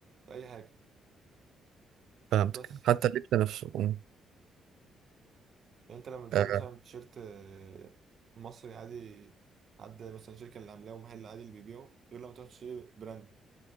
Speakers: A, on the right; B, on the right.
A: في اي حاجه
B: فهمتك
A: بس
B: حتى اللبس نفسه مم.
A: يعني انت لما تجيب
B: آه.
A: مثلا تيشيرت آه، مصري عادي حد مثلا شركه اللي عاملاه ومحل عادي اللي بيبيعه غير لما تروح تشتري براند